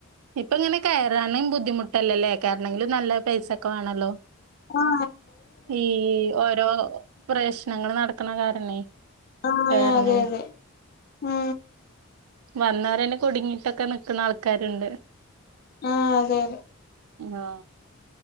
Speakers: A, on the right (about 80°); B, on the left (about 45°).
A: ഇപ്പങ്ങനെ കയറാനും ബുദ്ധിമുട്ടല്ലല്ലേ, കേറണെങ്കിലും നല്ല പൈസൊക്കെ വേണല്ലോ.
B: ആ
A: ഈ ഓരോ പ്രശ്നങ്ങള് നടക്കണ കാരണേ.
B: ആ
A: കേറണെ
B: അതെ അതെ ആ
A: വന്നവരന്നെ കുടുങ്ങിട്ടൊക്കെ നിക്കണ ആൾക്കാരുണ്ട്.
B: ആ അതെ അതെ.
A: ആ.